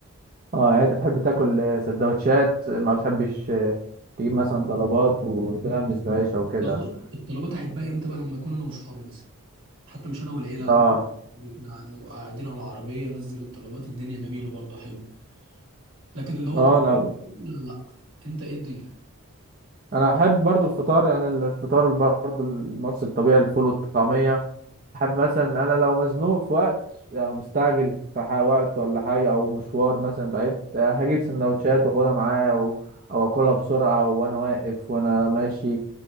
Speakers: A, on the right; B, on the right.
A: اه يعني انت تحب تاكل آه، سندوتشات ما بتحبش آه، تجيب مثلا طلبات وتغمس بعيش او
B: الطلبات
A: كده
B: الطلبات احبها امتى بقى لما اكون انا واصحابي مثلا حتى مش انا والعيله لا
A: اه
B: كده نبقى قاعدين على عربيه نزل الطلبات الدنيا جميله برضه حلو لكن اللي هو
A: اه
B: كل
A: انا
B: لا لا انت ايه الدنيا
A: انا احب برضو الفطار يعني الفطار برضو المصري الطبيعي الفول والطعمية حابب مثلا انا لو مزنوق في وقت يعني مستعجل في ح- وقت ولا حاجه او مشوار مثلا بعيد آه، هجيب سندوتشات واخدها معايا او او اكلها بسرعه وانا واقف وانا ماشي